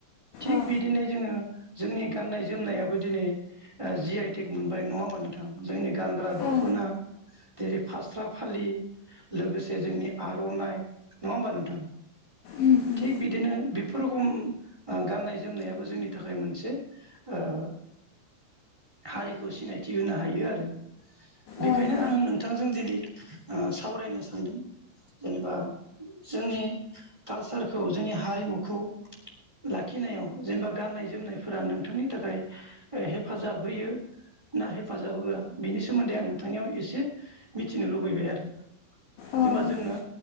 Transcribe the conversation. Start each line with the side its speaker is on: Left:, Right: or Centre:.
Right: थिग
Left: औ
Right: बिदिनो जोङो जोंनि गाननाय जोमनायाबो दिनै ओह जि आइ टेक मोनबाय नङा होमबा नोंथां जोंनि गानग्रा दखना
Left: ओं
Right: जेरै फास्रा फालि लोगोसे जोंनि आरनाइ नङा होमबा नोंथां
Left: ओं
Right: थिग बिदिनो बेफोर रखम गाननाय जोमनायाबो जोंनि थाखाय मोनसे ओह हारिखौ सिनायथि होनो हायो आरो बेखायनो
Left: ओं
Right: आं नोंथांजों दिनै सावरायनो सानदों जेनेबा जोंनि कालसारखौ जोंनि हारिमुखौ लाखिनायाव जेनेबा गाननाय जोमनायफोरा नोंथांनि थाखाय हेफ हेफाजाब होयो ना हेफाजाब होआ बिनि सोमोन्दै आं नोंथांनियाव एसे मिथिनो लुबैबाय आरो
Left: ओं औ
Right: जेनेबा जोंनो